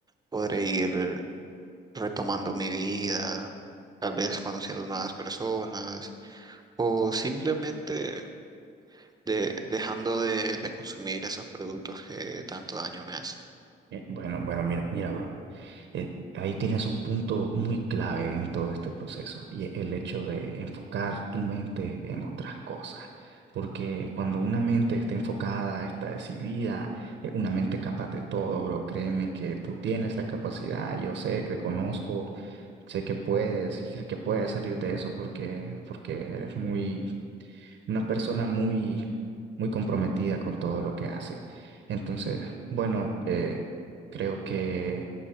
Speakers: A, on the right; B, on the right.
A: podré ir retomando mi vida, tal vez conociendo nuevas personas o simplemente de, dejando de, de consumir esos productos que tanto daño me hacen.
B: Eh, Bueno, bueno, mira, mira, bro. eh, ahí tienes un punto muy clave en todo este proceso y el hecho de enfocar tu mente en otras cosas. Porque cuando una mente está enfocada, está decidida, eh, una mente capaz de todo, bro, créeme que tú tienes la capacidad, yo sé que te conozco, sé que puedes y sé que puedes salir de eso porque, porque eres muy, una persona muy, muy comprometida con todo lo que hace. Entonces, bueno, eh, creo que,